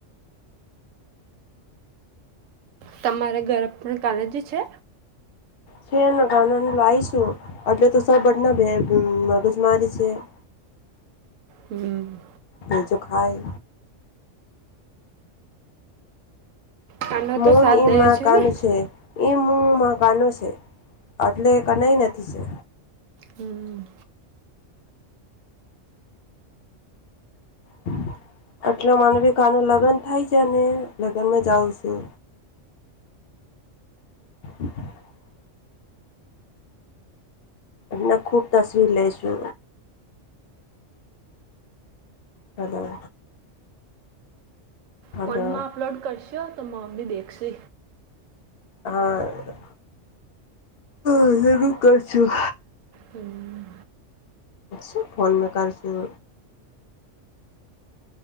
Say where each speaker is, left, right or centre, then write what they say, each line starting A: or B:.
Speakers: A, on the right; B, on the left.
A: તમારા, ઘર પણ કાલેજ છે.
B: છે, ગાના લાવશુ એટલે તો સબટના મગજમારી છે. હ
A: હમ્મ.
B: ભ જોો, ખાય
A: કાનો
B: મનઈ
A: તો સાથ દે
B: મા કાન
A: ને
B: છે, ઈ મુ મકાનો છે, એટલે કનાઈ નથી છે.
A: હમ્મ.
B: હમ્મ. એટલે મને ભી કાનું લગ્ન થાય જાય, ને લગ્નમાં જાઉ છુ. <inaudible> <unintelligible> એમને ખૂબ તસવીર, લઈશુ હલો. હલો
A: ફનમા અપલોડ કરશો, તો મમ્મી દેખશ.
B: હા, હા એું કરશું.
A: હમ્મ
B: શું ફોન મે કર છું.